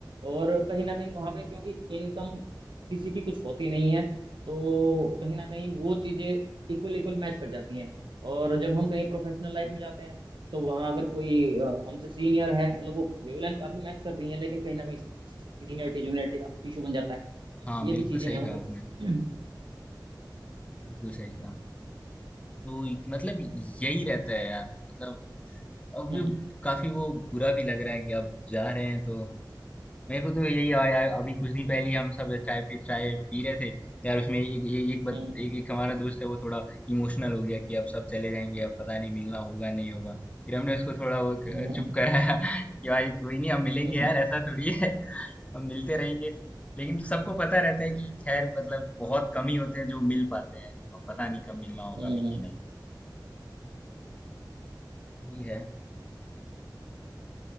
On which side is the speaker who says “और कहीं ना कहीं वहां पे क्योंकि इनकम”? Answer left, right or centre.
Right